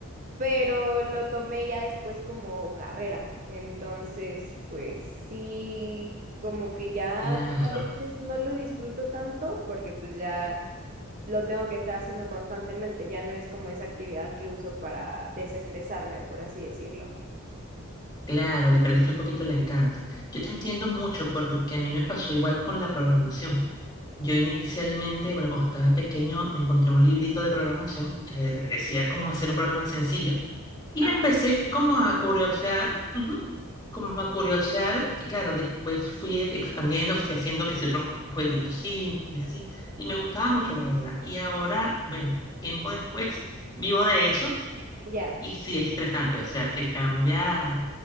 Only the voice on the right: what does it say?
pero lo tomé ya después como carrera. Entonces, pues sí, como que ya
a veces no lo disfruto tanto porque pues ya lo tengo que estar haciendo constantemente, ya no es como esa actividad que uso para desestresarme, por así decirlo.
Ajá,
ya.